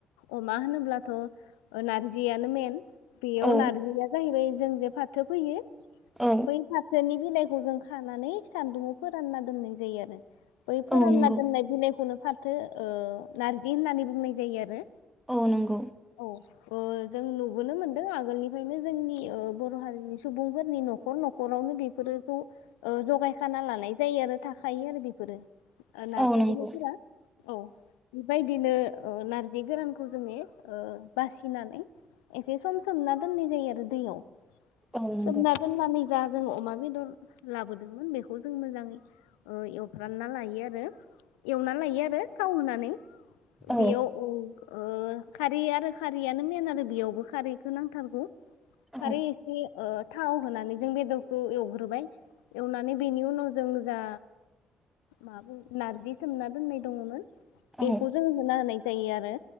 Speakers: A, on the left; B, in the centre.
A: अमा होनोब्लाथ' नारजियानो मेन बियाव
B: औ
A: नारजिया जाहैबाय जों जे फाथो फैयो
B: औ
A: बै फाथोनि बिलाइ खौ जों खानानै सान्दुंआव फोरानना दोननाय जायो आरो बैफोरानना
B: औ नंगौ
A: दोननाय बिनायखौनो फाथो ओ नारजि होननानै बुंनाय जायो आरो
B: औ नंगौ
A: औ जों नुबोनो मोनदों आगोलनिफ्रायनो ओ जोंनि बर' हारिनि सुबुंफोरनि न'खर न'खरावनो बेफोरखौ ओ जगायखाना लानाय जायो आरो थाखायो आरो बेफोरो नारजि
B: औ नंगौ
A: बिलाइफोरा औ बेबायदि बिदिनो नारजि गोरानखौ जोङो बासिनानै एसे सम सोमना दोननाय जायो आरो दैयाव
B: औ नंगौ
A: सोमना दोननानै जा जोङो अमा बेदर लाबोदोंमोन बेखौ जों मोजाङै एवफ्रानना लायो आरो एवना लायो आरो थाव होनानै
B: औ
A: बेयाव उम ओ खारै आरो खारैयानो मेन आरो बेयावबो खारैखौ नांथारगौ
B: औ
A: खारै एसे ओ थाव होनानै जों बेदरखौ एवग्रोबाय एवनानै बेनि उनाव जों जा मा नारजि सोमना दोननाय दङमोन
B: औ
A: बेखौ जों होना होनाय जायोआरो